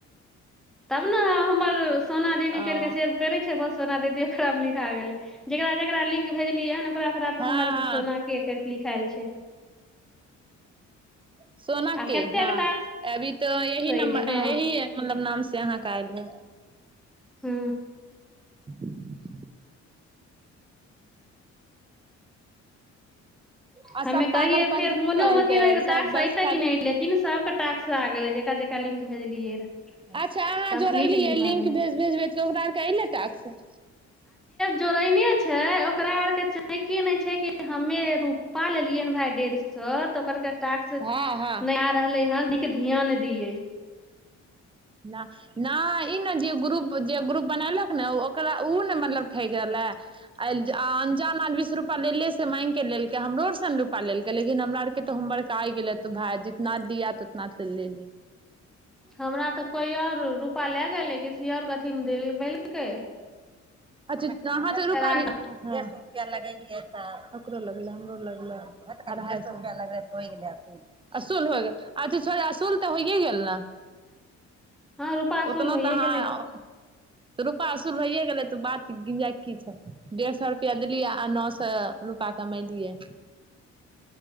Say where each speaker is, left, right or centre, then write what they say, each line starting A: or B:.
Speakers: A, in the centre; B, on the right (about 20°).
A: तब ने हमर सोना दीदी
B: ओ
A: करिके सेब करै छै बस सोना दीदी ओकरा मे लिखा गेलै जेकरा जेकरा लिंक भेजलियै ह ओकरा ओकरा पर
B: हँ
A: हमर
B: हँ
A: सोना के लीखएल छै
B: सोना
A: आ
B: के
A: कतेक
B: हँ
A: टास्क
B: अभी तऽ यह
A: अयलै
B: नम्बर
A: हँ
B: यह मतलब नाम से अहाँके आयल है
A: हू
B: <inaudible> आ सब
A: हमे
B: पागलपंथी
A: कहिये फेर मोनो
B: की करै
A: मे अथी रहे के
B: सब
A: टाक्स
B: बस
A: ऐते
B: खाली
A: की ने लेकिन सब के ताकस आग ज जका लिंक भेजलियै रऽ
B: अच्छा अहाँ
A: कम्प्लीट
B: जोड़ेलियै
A: भी भऽ
B: लिंकेज
A: गेलै
B: भेजबै त ओकरा आरके अयलै टाक्स
A: जोड़ेने छै ओकरा आर के चाकी ने छै कि हमे रूप पा लेलियै ने भाय डेढ़ सए तऽ ओकरके टास्क नहि
B: हँ हँ
A: आ रहले ह ध्यान दिए
B: नहि नहि ई नहि जे ग्रुप जे ग्रुप बनलक ने ओकरा ओ ने मतलब ठकि रहलै आ अनजान आर बीस रुपैआ लेलियै से माङ्ग कऽ लेलकै हमरो आरसँ ने रुपैआ लेलकै लेकिन हमरा आरके तऽ होमर वर्क आइि गेलै तू भाय जितना दििया त उतना लेलियै
A: हमरा तऽ कोइ आओर रुपैआ लए गेलै किसी आर अथीमे दिलबेलकै
B: अच् च तहाँ स रूपा
A: छेड़ा।
B: लिया डेढ़ स रुपआ लगे ओ लगले हमरो लगले अढ़ाई सए रुपआ लगले हो गेलई असूल हो गैल अच्छा छो असूल तऽ होइयए गेल ने
A: हँ रूपा असुल
B: ओतना
A: होइये
B: तहाँ
A: गेलै
B: तऽ रूपा असुल होइए गेल तऽ बात गिंजा की छौ डेढ़ सए रुपआ देलियै आ नओ सए रुपा कमेलियै